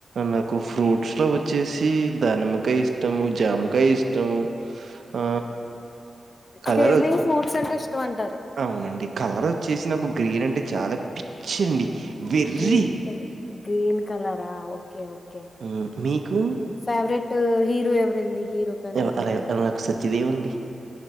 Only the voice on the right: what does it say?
నాకు ఫ్రూట్స్ లో వచ్చేసి ధనిమకాయ ఇష్టము జామకాయ ఇష్టము ఆ, కలర్
అవునండి కలర్ చేసి నాకు గ్రీన్ అంటే చాలా పిచ్చండి. వెర్రి.
హ్మ్. మీకు?
ఎవ
అలా అలా
నాకు సత్యదేవ్ అండి.